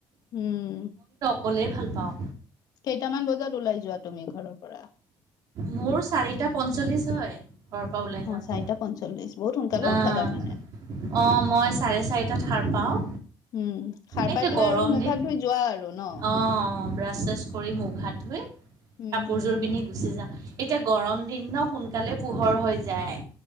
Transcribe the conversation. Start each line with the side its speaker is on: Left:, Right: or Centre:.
Left: উম।
Right: ক'লেই ভাল পাওঁ।
Left: কেইটামান বজাত ওলাই যোৱা তুমি ঘৰৰ পৰা।
Right: মোৰ চাৰিটা পঞ্চল্লিশ হয়। ঘৰৰ পৰা ওলাই যাওঁতে
Left: অ চাৰিটা পঞ্চল্লিশ বহুত সোনকালে
Right: আহ
Left: উঠা তাৰমানে
Right: অ মই চাৰে চাৰি। সাৰ পাওঁ।
Left: উম সাৰ
Right: এতিয়া
Left: পাই পেলাই
Right: গৰম
Left: আৰু মুখ
Right: দিন
Left: হাত ধুই যোৱা আৰু ন
Right: অ ব্ৰাছেছ কৰি মুখাত ধুই
Left: উম
Right: কাপোৰযোৰ
Left: উম
Right: পিন্ধি গুচি যাওঁ। এতিয়া গৰম দিন ন সোনকালে পোহৰ হৈ যায়